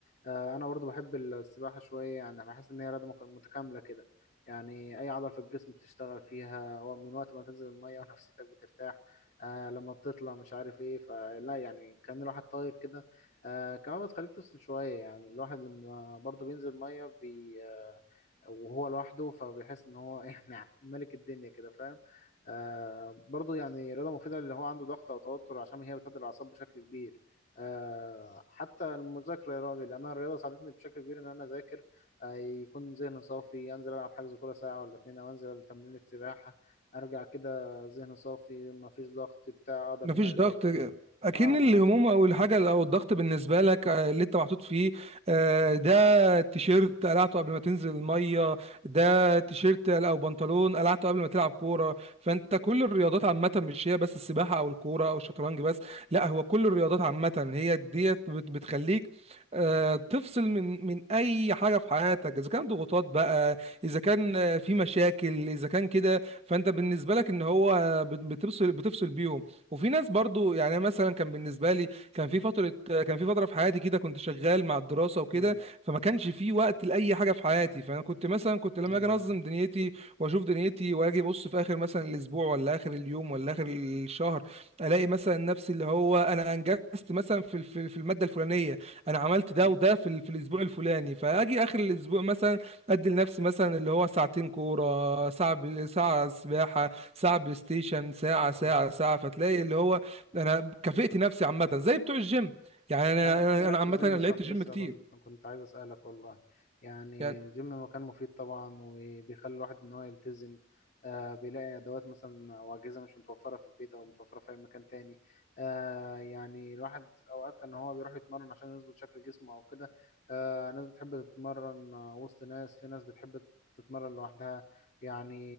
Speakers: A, on the left (about 45°); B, on the right (about 30°).
A: آه، انا برضو بحب السباحه شويه يعني بحس ان هي رياضه مك- متكامله كده يعني اي عضله في الجسم بتشتغل فيها ومن وقت ما تنزل الميه <laughs> ونفسيتك بترتاح آه لما بتطلع مش عارف ايه فلا يعني كان الواحد طاير كده آه كمان بتخليك تفصل شويه يعني الواحد لما برضو بينزل ميه بي آه وهو لوحده فبيحس ان هو <laughs> يعني ملك الدنيا كده فاهم آه برضو يعني رياضه مفيده اللي هو عنده ضغط او توتر عشان هي بتهدي الاعصاب بشكل كبير آه، حتى المذاكرة يا راجل يعني أنا الرياضة ساعدتني بشكل كبير إن أنا أذاكر آه، يكون ذهني صافي أنزل ألعب حجز كورة ساعة ولا اتنين أو أنزل تمرين السباحة أرجع كده ذهني صافي مفيش ضغط بتاع أقدر
B: مفيش
A: إن أنا أذاكر
B: ضغط اكن
A: آه آه
B: الهموم او الحاجه او الضغط بالنسبه لك آه، اللي انت محطوط فيه آه، ده تيشيرت قلعته قبل ما تنزل الميه ده تيشيرت او بنطلون قلعته قبل ما تلعب كوره فانت كل الرياضات عامه مش هي بس السباحه او الكوره او الشطرنج بس لا هو كل الرياضات عامه هي ديت بت- بتخليك آه، تفصل من من اي حاجه في حياتك اذا كان ضغوطات بقى اذا كان آه، في مشاكل اذا كان كده فانت بالنسبه لك ان هو بت- بتفصل بتفصل بيهم وفي ناس برضو يعني أنا مثلا كان بالنسبه لي كان في فتره كان في فتره في حياتي كده كنت شغال مع الدراسه وكده
A: مم.
B: فما كانش في وقت لاي حاجه في حياتي فانا كنت مثلا كنت لما
A: أيوه
B: اجي انظم دنيتي واشوف دنيتي واجي ابص في اخر مثلا الاسبوع ولا اخر اليوم ولا اخر الشهر الاقي مثلا نفسي اللي هو انا انجزت مثلا في في في الماده الفلانيه انا عملت ده
A: مم.
B: وده في ال- في الاسبوع الفلاني فاجي اخر الاسبوع مثلا ادي لنفسي مثلا اللي هو ساعتين كوره ساعه بال- ساعه سباحه ساعة بلاي ستيشن ساعة ساعة
A: مم.
B: ساعة فتلاقي اللي هو أنا كافئت نفسي عامة زي بتوع الجيم يعني أنا
A: آه،
B: أنا
A: ايه رايك
B: أنا عامة
A: في الجيم
B: أنا لعبت
A: صح
B: جيم
A: لسه
B: كتير
A: كنت كنت عايز اسالك والله يعني
B: يعني
A: الجيم مكان مفيد طبعا وبيخلي الواحد ان هو يلتزم آه بيلاقي ادوات مثلا او اجهزه مش متوفره في البيت او متوفره في اي مكان تاني آه يعني الواحد اوقات كان هو بيروح يتمرن عشان يظبط شكل جسمه او كده آه ناس بتحب تتمرن آه، وسط ناس في ناس بتحب تتمرن لوحدها يعني